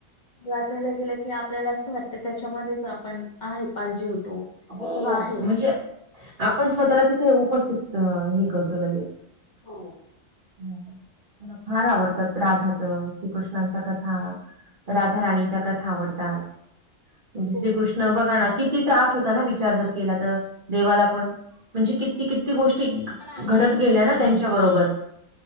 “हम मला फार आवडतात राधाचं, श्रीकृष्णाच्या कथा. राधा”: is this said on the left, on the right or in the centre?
Right